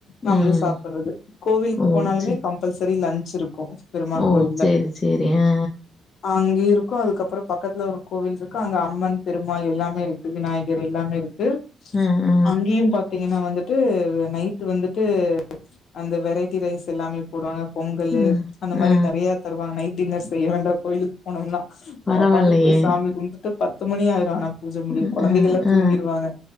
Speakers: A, on the left; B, on the left.
A: நம்மளு
B: ம்.
A: சாப்பிட்றது கோவிலுக்கு
B: ஓ!
A: போனாலுமே
B: சரி.
A: கம்பல்சரி லன்ச் இருக்கு பெருமாள்
B: ஓ!
A: கோயில்ல
B: சரி, சரி. ஆ,
A: ஆ அங்கயு இருக்கு அதுக்கப்புறோ பக்கத்துல ஒரு கோவில் இருக்கு அங்க அம்மன் பெருமாள் எல்லாமே இருக்கு விநாயகர் எல்லாமே இருக்கு
B: ம் ம்
A: அங்கேயு பாத்தீங்கனா வந்துட்டு நைட்டு வந்துட்டு அந்த வெரைட்டி ரைஸ் எல்லாமே போடுவாங்க பொங்கலு
B: ஆ, ஆ,
A: அந்த மாரி
B: ஆ.
A: நெறய தருவாங்க நைட் டின்னர் செய்ய வேண்டா கோயிலுக் போனம்னா
B: பரவாயில்லையே!
A: நம்ம பாட்டுக் போய் சாமி கும்புட்டு பத்து மணியாயிரு ஆனா பூஜ முடிய
B: அ,
A: கொழந்தைகள்லா
B: ஆ,
A: தூங்கிருவாங்க
B: ஆ,